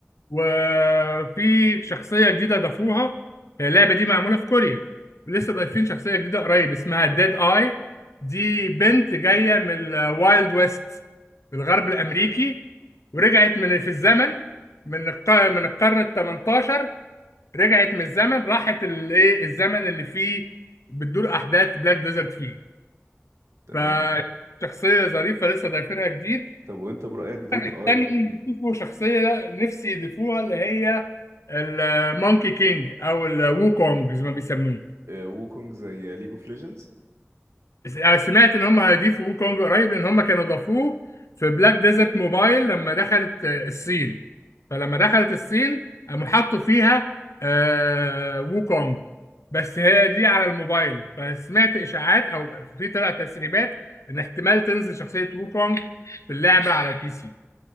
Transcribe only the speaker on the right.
تمام
طب وانت برأيك ديد
اي
ووكونج زي ليج اوف ليجندز